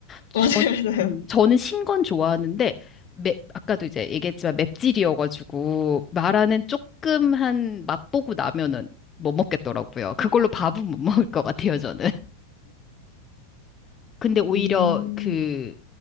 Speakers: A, on the left; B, on the left.
A: 저,
B: <laughs> 맞아요, 맞아요.
A: 음, 저는 신건 좋아하는데 맵, 아까도 이제 얘기했지만 맵찔이어가지고 마라는 조금 한 맛보고 나면은 못 먹겠더라고요. 그걸로 밥은 못 먹을 것 같아요, 저는. 근데 오히려
B: 음,
A: 그